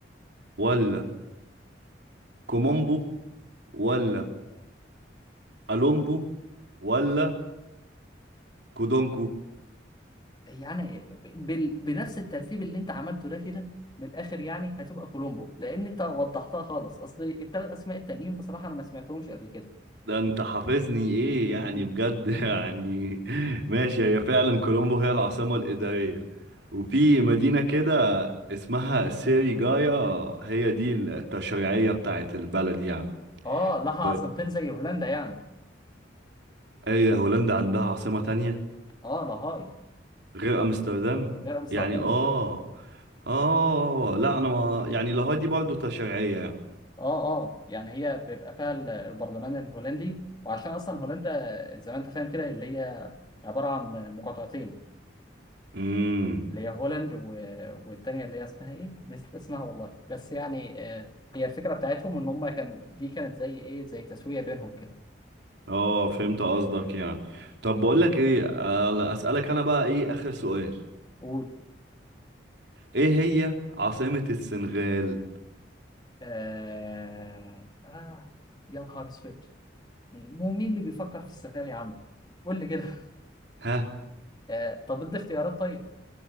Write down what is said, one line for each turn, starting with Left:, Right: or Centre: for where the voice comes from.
Right: ولا كومومبو ولا ألومبو ولا كودونكو
Left: يعني بال... بنفس الترتيب اللي انت عملته ده كده من الاخر يعني هتبقى كولومبو لان انت وضحتها خالص اصل الثلاث اسماء التانيين بصراحه انا ما سمعتهمش قبل كده
Right: ده انت حافظني ايه يعني
Left: <laughs>
Right: بجد <laughs> يعني ماشي هي فعلا كولومبو هي العاصمة الإدارية وفي مدينة كده اسمها سيريجايا هي دي التشريعية بتاعت البلد يعني
Left: اه لها
Right: طيب
Left: عاصمتين زي هولندا يعني
Right: ايه ده هولندا عندها عاصمة تانية
Left: اه لاهاي
Right: غير أمستردام
Left: غير امستردام
Right: يعني اه
Left: لاهاي
Right: اه لا انا ما يعني لاهاي دي برضه تشريعية يعني
Left: اه اه يعني هي بيبقى فيها ال- البرلمان الهولندي وعشان اصلا هولندا زي ما انت فاهم كده اللي هي عباره عن مقاطعتين
Right: امم
Left: اللي هي هولند و... والتانية اللي هي اسمها ايه؟ نسيت اسمها والله بس يعني آه، هي الفكرة بتاعتهم ان هم كان دي كانت زي ايه زي تسوية بينهم كده
Right: اه فهمت قصدك يعني طب بقولك ايه آه، اسألك انا بقى ايه اخر سؤال
Left: قول
Right: ايه هي عاصمة السنغال
Left: آه... آه... يا نهار اسود مين مو مين اللي بيفكر في السفاري يا عم؟ قول لي كده <laughs>
Right: ها
Left: آه... طب ادي اختيارات طيب